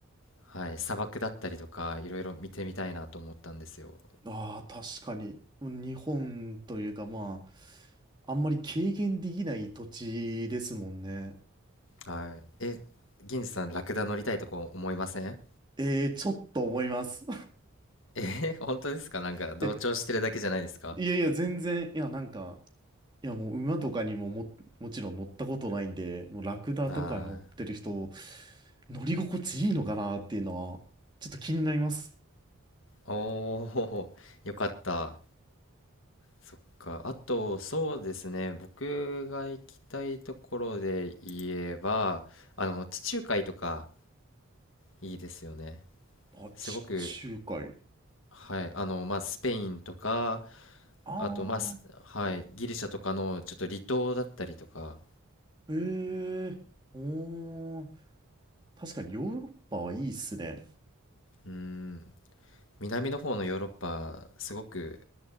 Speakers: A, on the left (about 65°); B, on the right (about 20°).
A: はい、砂漠だったりとかいろいろ見てみたいなと思ったんですよ
B: ああ、確かに。日本というか、まあ、あんまり軽減できない土地ですもんね。
A: はいえ銀次さんラクダ乗りたいとこ思いません
B: えー、ちょっと思います。
A: <laughs> えー本当ですかなんか同調してるだけじゃないですか
B: <laughs> え、いやいや、全然、いや、なんか、いや、もう馬とかにもも、もちろん乗ったことないんで、もうラクダとか乗ってる人、
A: あ
B: 乗り心地いいのかなっていうのは、ちょっと気になります。
A: あおおよかったそっかあとそうですね僕が行きたいところで言えばあの地中海とかいいですよね
B: あ、
A: すごく
B: 地中海。
A: はい、あの、まあ、スペインとか、
B: ああ。
A: あと、まあ、すはい、ギリシャとかのちょっと離島だったりとか、
B: へえ、おー、確かにヨーロッパはいいっすね。
A: うん、南の方のヨーロッパ、すごく